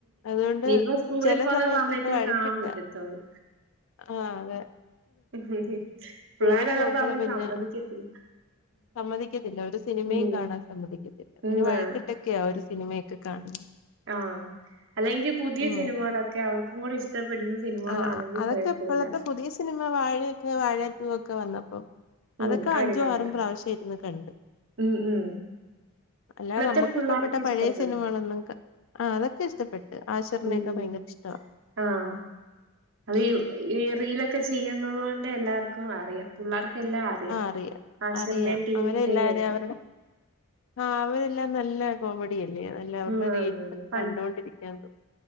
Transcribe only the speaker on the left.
അതുകൊണ്ട്
ചില
സമയത്തൊക്കെ
വഴക്കിട്ടാ
ആഹ് അതെ
സ്കൂളിൽ
പോകുമ്പള്
പിന്നെ
സമ്മതിക്കത്തില്ല ഒരു സിനിമയും
കാണാൻ സമ്മതിക്കത്തില്ല പിന്നെ
വഴക്കിട്ടൊക്കെയ
ആ ഒരു സിനിമയൊക്കെ കാണുന്നത്
ഉം
ആഹ് അതൊക്കെ
ഇപ്പോഴത്തെ പുതിയ സിനിമ വാഴയൊക്കെ വാഴ ടൂ ഒക്കെ വന്നപ്പോ
അതൊക്കെ
അഞ്ചോ ആറും പ്രാവശ്യമായിരുന്നു കണ്ട്
അല്ലാ
നമ്മുക്ക്ഷ്ടപ്പെട്ട
പഴയ
സിനിമകളൊന്നും ആഹ് അതൊക്കെ ഇഷ്ടപ്പെട്ട് ആഷിരണയൊക്കെ
ഭയങ്കര ഇഷ്ട
ആഹ് അറിയാം
അറിയാം
അവരെല്ലാരെയ
അവരുടെ ആഹ് അവരെല്ലാം നല്ല കോമഡി അല്ലേ നല്ല അവരുടെ
റീറ്റ്സ്
ഒക്കെ
കണ്ടോൊണ്ടിരിക്കാൻ തോന്നി